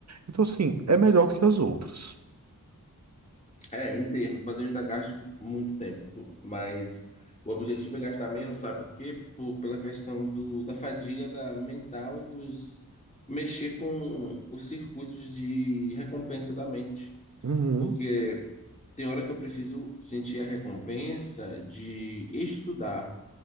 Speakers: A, on the right; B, on the left.
A: Então assim, é melhor do que as outras.
B: É, em termos, mas eu ainda gasto muito tempo. pô. Mas o objetivo é gastar menos, sabe por quê? Por- pela questão do, da fadiga da mental e dos mexer com os circuitos de recompensa da mente.
A: Uhum,
B: Porque tem hora que eu preciso sentir a recompensa de estudar.